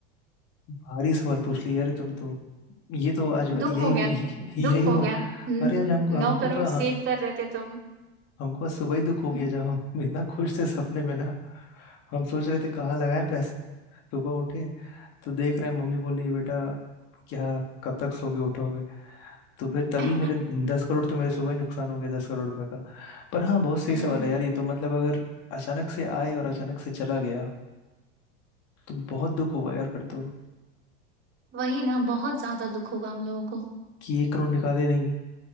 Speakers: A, on the left (about 50°); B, on the right (about 35°).
A: भारी सवाल पूछ लिया यार तुम तो ये तो आज
B: दुख
A: यही
B: हो
A: हुआ
B: गया ना
A: यही
B: दुख
A: हुआ
B: हो गया हम्म
A: अरे आज हमको हमको
B: नौ करोड़
A: तो हाँ,
B: सेव कर रहे थे तुम
A: हमको आज सुबह ही दुख हो
B: <laughs>
A: गया जब हम इतना खुश थे सपने में ना हम सोच
B: हम्म
A: रहे थे कहाँ लगाएं पैसा सुबह उठे तो देख रहे हैं मम्मी बोल रही है बेटा क्या कब तक सोगे उठोगे तो फिर तभी
B: हम्म,
A: मेरे दस करोड़ तो मेरे सुबह ही नुकसान हो गया दस करोड़ रुपए पर हाँ बहुत सही
B: हम्म,
A: सवाल है यार ये तो मतलब अगर अचानक से आए और अचानक से चला गया तो बहुत दुख होगा यार फिर तो
B: वही ना बहुत ज्यादा दुख होगा हम लोगों को
A: कि एक करोड़ निकाले नहीं